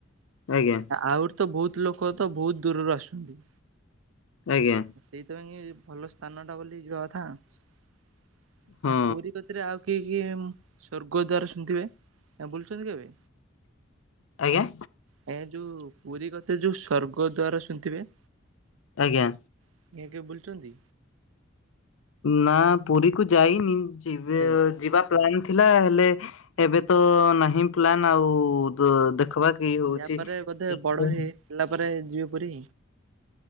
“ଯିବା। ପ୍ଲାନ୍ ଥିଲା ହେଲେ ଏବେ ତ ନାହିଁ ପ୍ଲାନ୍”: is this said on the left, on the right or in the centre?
Left